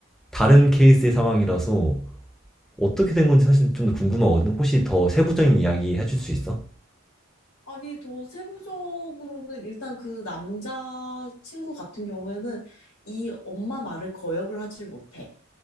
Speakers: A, in the centre; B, on the left.
A: 다른 케이스의 상황이라서 어떻게 된 건지 사실 좀 궁금하거든. 혹시 더 세부적인 이야기 해줄 수 있어?
B: 아니, 더 세부적으로는 일단 그 남자 친구 같은 경우에는 이 엄마 말을 거역을 하질 못해.